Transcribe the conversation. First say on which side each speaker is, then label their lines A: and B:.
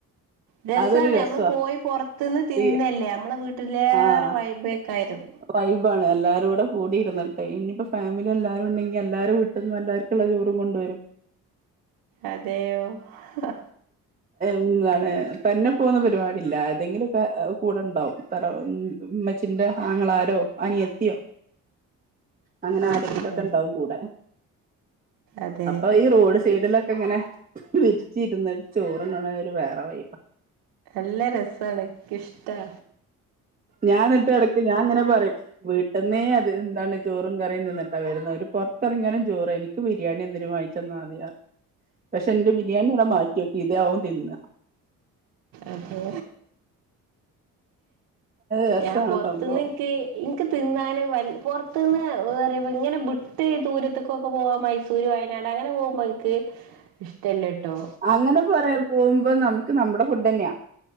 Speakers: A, on the right; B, on the right.
A: രസാണ്
B: അതൊരു രസവാ
A: അമ്ള് പോയി പൊർത്തുന്ന് തിന്നല്ലേ
B: ഈ
A: നമ്മളെ വീട്ടിലേറെ
B: ആഹ്
A: വൈബേക്കാരം
B: വൈബാണ് എല്ലാരൂടെകൂടിന്ന്ട്ട് ഇനിയിപ്പോ ഫാമിലി എല്ലാരും ഉണ്ടെങ്കി എല്ലാരും വ് ട്ട്ന്ന് എല്ലാർക്കുള്ള ചോറും കൊണ്ടുവരും
A: അതെയോ ഹ
B: ന്നാണ് തന്നെപോന്നപരിപാടില്ല ആരെതെങ്കിലൊക്കെ കൂടെണ്ടാവും തറോ മ്മച്ചിന്റെ ആങ്ങളാരോ അനിയത്തിയോ അങ്ങനാരെങ്കില്ലൊക്കെണ്ടാവും
A: ആഹ്
B: കൂടെ
A: അതെ
B: അപ്പൊ ഈറോഡ് സൈഡിലോ പ്പങ്ങനെ വെച്ചിരിന്നിട്ട് ചോറ്ന്ന്ണേ ഒരു വേറെ വൈബാ
A: അല്ലെ രസാണ് ക്ക്ഇഷ്ട്ടാ
B: ഞാന്ന്ട്ട് എട്ക്ക് ഞാൻ ഇങ്ങനെ പർയും വ് ന്നെയ അത് എന്താണ് ചോറും കറിയും നിന്നിട്ടാ വരുന്ന ഒരു പുറത്തിറങ്ങാനും ചോറ് എനിക്ക് ബിരിയാണി എന്തിനും വാ ചെന്നാതിറ പക്ഷെ എന്റെ ബിരിയാണിടെ മാറ്റിയോക്കെ ഇത ആവും തിന്ന
A: അതെ
B: രസാണ്
A: ഞാൻ പൊർത്തുന്ന്
B: സംഭവം
A: ഇൻക്ക് തിന്നൻ വ പുറത്ത്ന്ന് വ ഇങ്ങെനെ വിട്ട് ഈ ദൂരത്തക്കൊക്കെ പോകൻ മൈസൂ സൂര് വയനാട് അങ്ങനെ പോകുമ്പ എനിക്ക് ഇഷ്ടമല്ല കേട്ടോ
B: അങ്ങനെ പോ പോകുമ്പോ നമുക്ക് നമ്മുടെ ഫുഡന്നെയാ